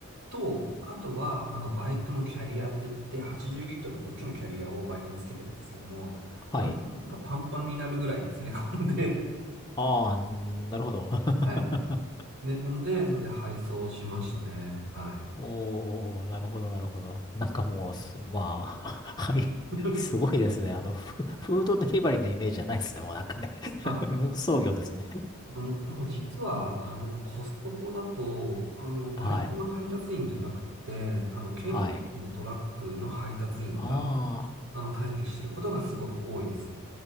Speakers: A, on the right (about 80°); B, on the left (about 20°).
A: と、あとは、あの、バイクのキャリアって言って、80リットルの大きなキャリアをバイクにつけてるんですけども、
B: はい。
A: あのやつがパンパンになるぐらい詰め込んで、
B: ああ、なるほど。<laughs>
A: <laughs> はい。詰め込んで、それで配送しましたね。はい。
B: おー、なるほど、なるほど。なんかもうす、まあ、<laughs> はい。
A: <laughs>
B: すごいですね。あの、フ、フードデリバリーのイメージじゃないですね。もうなんかね。<laughs>
A: あ、
B: 運送業ですね。
A: もうん、もう実は、あの、コストコだと、あの、バイクの配達員じゃなくて、
B: はい。
A: あの、軽貨物のトラックの配達員が、
B: はい。あ
A: あの、待機してることがすごく多いです。